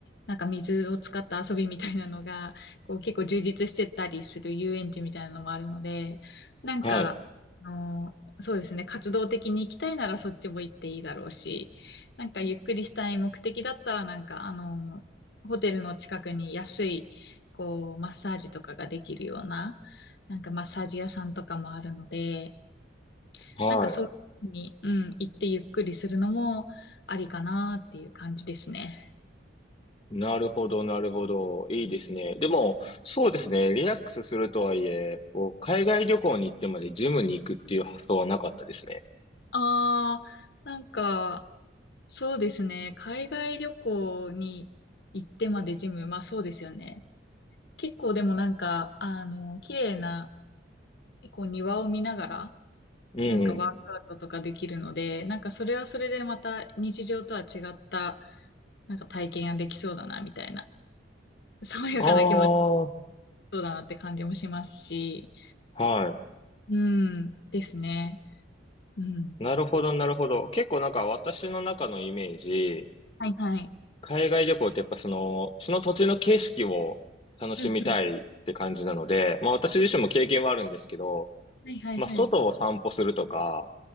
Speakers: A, on the left (about 55°); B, on the left (about 30°).
A: なんか、水を使った遊びみたいなのが、こう、結構充実してたりする遊園地みたいなのもあるので、なんか、
B: はい。
A: あのそうですね、活動的に行きたいならそっちも行っていいだろうし、なんかゆっくりしたい目的だったら、なんかあの、ホテルの近くに安い、こう、マッサージとかができるような、なんかマッサージ屋さんとかもあるので、
B: はい。
A: なんかそういうふうに、うん、行ってゆっくりするのもありかなっていう感じですね。
B: なるほど、なるほど。いいですね。でも、そうですね。リラックスするとはいえ、こう海外旅行に行ってまでジムに行くっていう発想はなかったですね。
A: ああ、なんか、そうですね。海外旅行に行ってまでジム、まあそうですよね。結構でもなんか、あの、綺麗な、こう庭を見ながら、
B: うんうん。
A: なんかワークアウトとかできるので、なんかそれはそれでまた日常とは違った、なんか体験ができそうだな、みたいな、爽やかな気持ち
B: ああ、
A: そうだなって感じもしますし、
B: は
A: うん、ですね。うん。
B: い。なるほど、なるほど。結構なんか私の中のイメージ、
A: はいはい。
B: 海外旅行ってやっぱその、その土地の景色を楽しみたいって感じなので、
A: うんうん。
B: まあ私自身も経験はあるんですけど、
A: はいはいはい。
B: まあ外を散歩するとか、